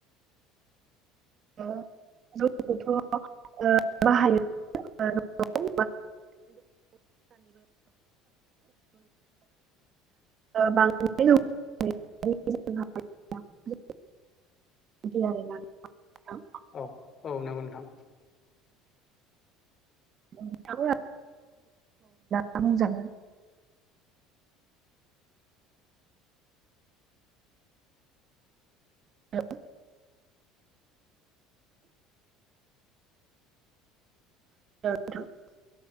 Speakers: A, on the right; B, on the left.
A: ओ जौखौथ' ओ बाहायो <unintelligible> <unintelligible> ओ बांद्राय <unintelligible> बिदि आरो ना नोंथां।
B: औ औ नंगौ नोंथां।
A: <unintelligible> बुंजागोन। औ। <unintelligible>